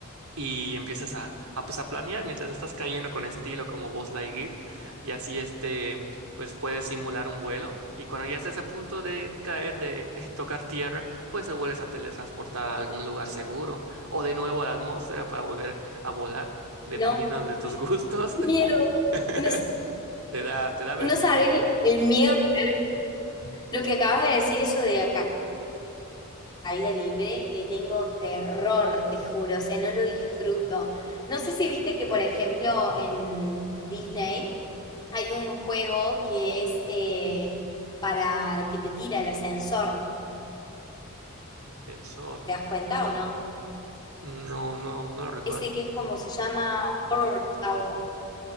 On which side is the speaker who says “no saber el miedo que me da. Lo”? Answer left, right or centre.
Left